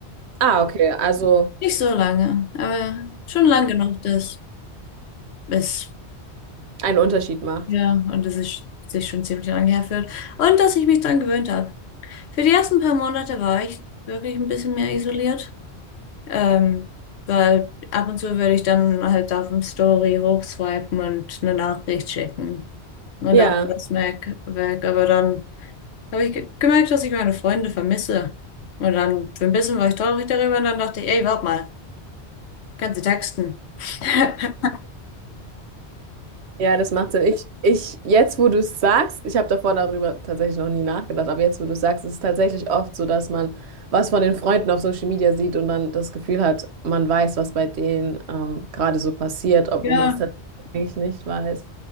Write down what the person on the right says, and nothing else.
Ah, okay, also
einen Unterschied macht.
Ja.
Ja, das macht Sinn. Ich, ich, jetzt, wo du es sagst, ich habe davor darüber tatsächlich noch nie nachgedacht, aber jetzt, wo du es sagst, ist es tatsächlich oft so, dass man was von den Freunden auf Social Media sieht und dann das Gefühl hat, man weiß, was bei denen ähm, gerade so passiert, obwohl
man es tatsächlich nicht weiß.